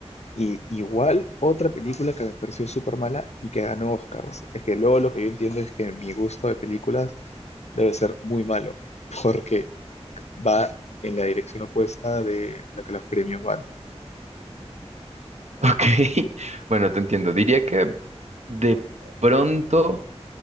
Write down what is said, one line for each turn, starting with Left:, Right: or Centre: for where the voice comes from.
Left: Y igual, otra película que me pareció súper mala y que ganó Oscars. Es que luego lo que yo entiendo es que mi gusto de películas debe ser muy malo, <laughs> porque va en la dirección opuesta de lo que los premios van.
Right: <laughs> Ok, bueno, te entiendo. Diría que de pronto...